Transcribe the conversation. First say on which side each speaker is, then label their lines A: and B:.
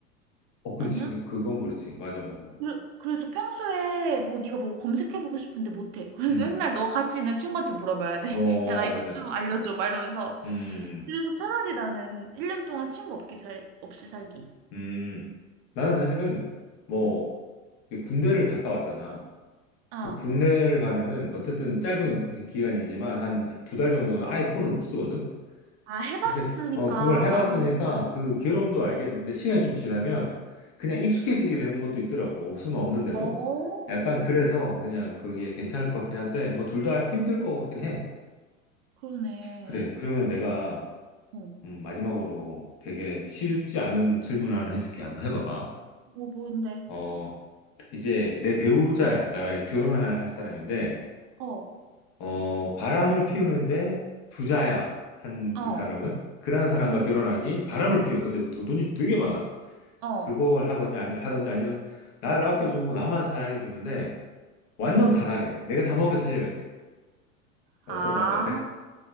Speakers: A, on the left; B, on the right.
A: 어, 그렇지.
B: 아니야?
A: 그- 그건 그렇지. 맞아, 맞아.
B: 그래- 그래서 평소에 뭐 네가 뭐 검색해보고 싶은데 못해. <laughs>
A: 음,
B: 그래서 맨날 너 같이 있는 친구한테 물어봐야 돼.
A: 어,
B: <laughs>
A: 어,
B: 야, 나 이것
A: 맞아.
B: 좀 알려줘. 막 이러면서.
A: 음,
B: 그래서 차라리 나는 1년 동안 친구 없기 살, 없이 살기.
A: 음. 나는 사실은 뭐,
B: 응.
A: 그 군대를 갔다 왔잖아.
B: 아,
A: 그 군대를 가면은 어쨌든 짧은 기간이지만 한 두 달 정도는 아예 폰을 못 쓰거든?
B: 아, 해봤으니까.
A: 그러니까 어 그걸 해봤으니까
B: 아,
A: 그 괴로움도 알겠는데 시간이 좀 지나면 그냥
B: 어.
A: 익숙해지게 되는 것도 있더라고 없으면 없는 대로
B: 어,
A: 약간 그래서 그냥 그게 괜찮을 것 같긴 한데 뭐 둘 다 힘들 것 같긴 해
B: 그러네.
A: 그래 그러면 내가
B: 어.
A: 음, 마지막으로 되게 쉽지 않은 질문을 하나 해줄게 한번 해봐봐
B: 뭐, 뭔데?
A: 어 이제 내 배우자야 나랑 이제 결혼을 할, 할 사람인데
B: 어.
A: 어 바람을 피우는데 부자야 한
B: 어.
A: 부- 사람은 그러한 사람과
B: 응?
A: 결혼하기 바람을 피워 근데 도- 돈이 되게 많아
B: 어.
A: 그걸 하건지 아니 하든지 아니면 나를 아껴주고 나만 사랑해 주는데 완전 가난해. 내가 다 먹여 살려야 돼. 어떤
B: 아.
A: 거 할 것 같아?